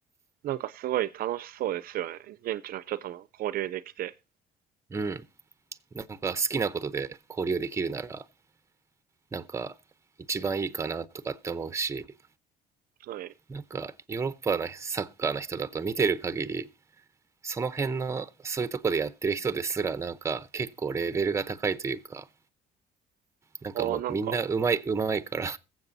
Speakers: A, on the right; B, on the right.
A: なんかすごい楽しそうですよね。現地の人とも交流できて。
B: うん、なんか好きなことで交流できるならなんか一番いいかなとかって思うし
A: はい。
B: なんかヨーロッパのサッカーの人だと見てる限りその辺のそういうとこでやってる人ですらなんか結構レベルが高いというかなんかもうみんなうまいうまいから
A: ああ、なんか、